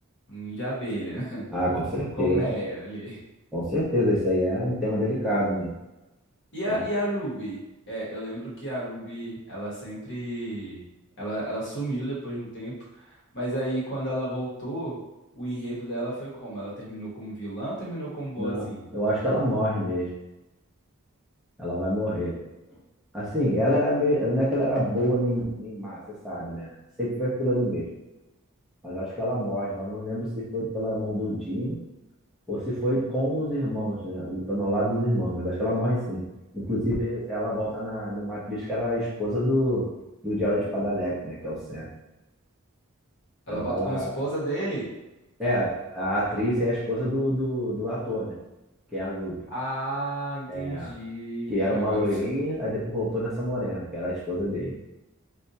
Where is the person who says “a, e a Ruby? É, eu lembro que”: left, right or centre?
Left